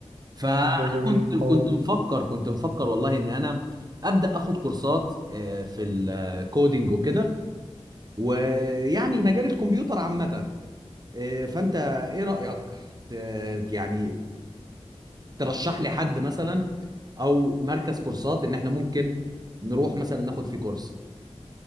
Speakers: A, on the right (about 35°); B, on the right (about 70°).
A: فانا
B: ده جميل
A: كنت
B: الحوار
A: كنت
B: ده
A: مفكر كنت مفكر والله ان انا ابدا اخد كورسات آه، في الكودينج وكده ويعني مجال الكمبيوتر عامة آه، فانت ايه رأيك ت- يعني ترشح لي حد مثلا او مركز كورسات ان احنا ممكن نروح مثلا ناخد فيه كورس